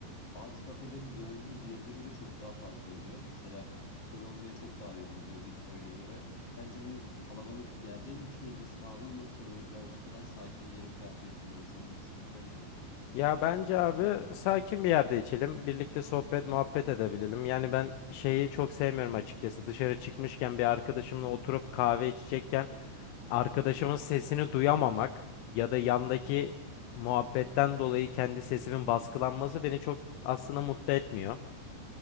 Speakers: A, on the left; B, on the left.
A: bazı kafelerin yoğunluğu diğerine göre çok daha fazla oluyor. Mesela Kolombiya çok daha yoğun oluyor Dito'ya göre. Sence bu kalabalık yerde mi içmeliyiz kahveyi yoksa böyle birazcık daha sakin yeri mi tercih etmeliyiz? Senin bu düşüncen ne peki?
B: Ya bence abi sakin bir yerde içelim. Birlikte sohbet, muhabbet edebilelim. Yani ben şeyi çok sevmiyorum açıkçası. Dışarı çıkmışken bir arkadaşımla oturup kahve içecekken arkadaşımın sesini duyamamak ya da yandaki muhabbetten dolayı kendi sesimin baskılanması beni çok aslında mutlu etmiyor.